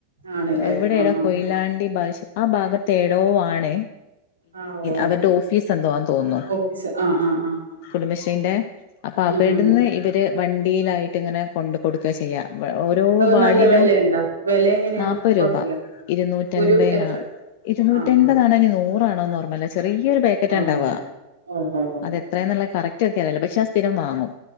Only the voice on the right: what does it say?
ആണല്ലേ
ആഹ് ആഹ്
ആഹ് ഓ
ഓഫീസ് ആഹ് ആഹ് ആഹ് ആഹ്
ഉം ഉം
ഉം
നല്ല വെലയുണ്ടാ വെല എങ്ങനെയാണ്
കൊഴപ്പില്ല
ഒരു എത്ര
ആഹ് ആഹ്
ഓ
ഓ ഓ ഓ